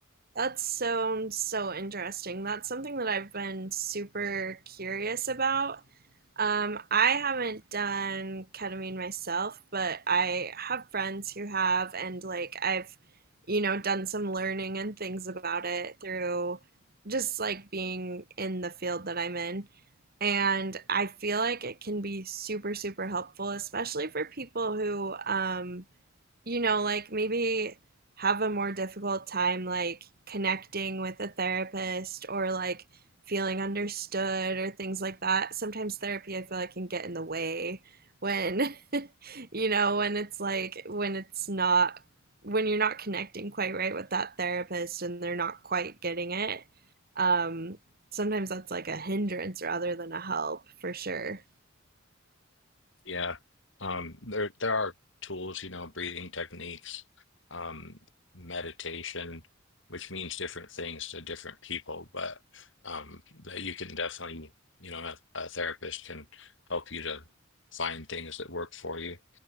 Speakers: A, on the right; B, on the left.
A: That sounds so interesting. That's something that I've been super curious about. Um, I haven't done ketamine myself, but I have friends who have, and like I've, you know, done some learning and things about it through just like being in the field that I'm in. And I feel like it can be super, super helpful, especially for people who, um, you know, like maybe have a more difficult time like connecting with a therapist or like feeling understood or things like that. Sometimes therapy, I feel like, can get in the way when, <laughs> you know, when it's like, when it's not, when you're not connecting quite right with that therapist and they're not quite getting it. Um, sometimes that's like a hindrance rather than a help for sure.
B: Yeah. Um, there there are tools, you know, breathing techniques, um, meditation, which means different things to different people, but um, that you can definitely, you know, a, a therapist can help you to find things that work for you.